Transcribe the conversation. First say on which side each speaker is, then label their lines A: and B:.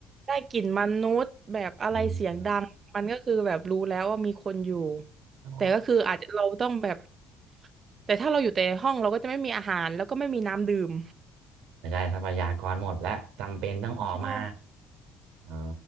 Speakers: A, on the right; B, on the right.
A: ได้กลิ่นมนุษย์แบบอะไรเสียงดังมันก็คือแบบรู้แล้วว่ามีคนอยู่
B: อืมอ๋อ
A: แต่ก็คืออาจจะเราต้องแบบแต่ถ้าเราอยู่แต่ในห้องเราก็จะไม่มีอาหารแล้วก็ไม่มีน้ำดื่ม
B: ไม่ใช่ทรัพยากรหมดแล้วจำเป็นต้องออกมา
A: ใช่
B: อ๋อ